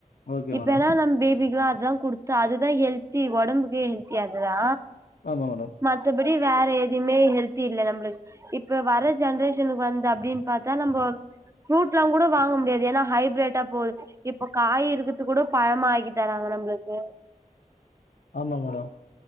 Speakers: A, on the left; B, on the right.
A: ஓகே
B: இப்ப
A: மேடம்
B: ஏனா நம் பேபிகலா அதா குடுத் அதுதா ஹெல்த்தி ஒடம்புக்கு ஹெல்த்தி அதுதா
A: ஆமா மேடம்
B: மத்தபடி வேற எதுமே ஹெல்த்தி இல்ல நம்ளுக்கு இப்ப வர ஜென்ரேஷனுக்கு வந் அப்டினு பாத்தா நம்போ ஃப்ரூட்லா கூட வாங்க முடியாது ஏனா ஹைப் ரேட்டா போது இப்போ காய் இருக்குது கூட பழமா ஆக்கி தராங்க நம்மளுக்கு
A: ஆமாங் மேடம்